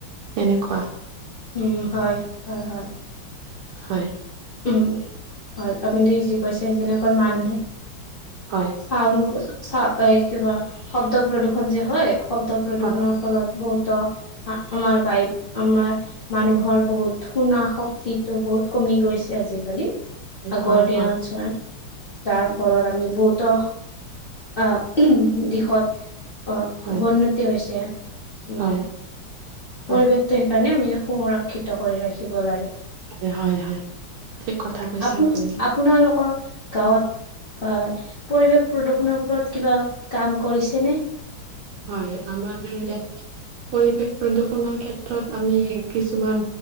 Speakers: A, on the right (about 80°); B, on the left (about 60°).
A: এনেকুৱা।
B: উম হয় হয় হয়।
A: হয়
B: উম হয় আপুনি যি কৈছে যেনেকৈ মানুহে
A: হয়
B: চাউনটো
A: কওকচোন
B: এই কিবা শব্দ প্ৰদূৰষণ যে, হয় শব্দ প্ৰদূৰষণৰ
A: হয়
B: ফলত বহুত ত 'আমাৰ বাই আমাৰ মানুহৰ বহুত শুনা শক্তিটো বহুত কমি গৈছে আজিকালি। আগৰ
A: হয়
B: দিনত
A: হয়
B: ছয় যাৰ ফলত আমি বহুতো আহ দিশত অ'বন্নতি
A: হয়
B: হৈছে। উম'
A: হয় হয়
B: পৰিৱেশটো সেইকাৰণে আমি সংৰক্ষিত কৰি ৰাখিব লাগে।
A: হয় হয় হয় ঠিক কথা কৈছে
B: আপোন
A: আপুনি
B: আপোনালোকৰ গাঁৱত হয়। পৰিৱেশ প্ৰদূৰ্ষনৰৰ ওপৰত কিবা কাম কৰিছে নে?
A: হয়, আমাৰ ইয় পৰিৱেশ প্ৰদূষণৰ ক্ষেত্ৰত আমি কিছুমান